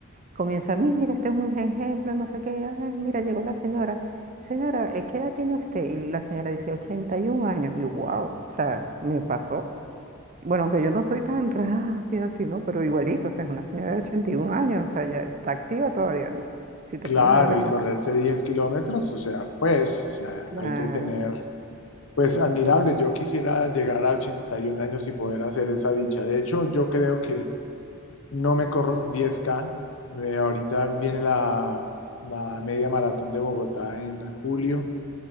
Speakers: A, on the right; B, on the left.
A: Comienza, mira, este es un ejemplo, no sé qué, ah, mira, llegó la señora. Señora, eh, ¿qué edad tiene usted? Y la señora dice, 81 años. Y wow, o sea, me pasó. Bueno, aunque yo no soy tan rápida así, ¿no? Pero igualito, o sea, es una señora de 81 años, o sea, ya está activa todavía, ¿no? Si te
B: Claro,
A: pones a ver la
B: y
A: cosa.
B: correrse 10 kilómetros, o sea, pues, o sea,
A: Claro.
B: hay que tener Pues admirable, yo quisiera llegar a 81 años y poder hacer esa dicha. De hecho, yo creo que no me corro diez k Eh, ahorita viene la, la media maratón de Bogotá en julio.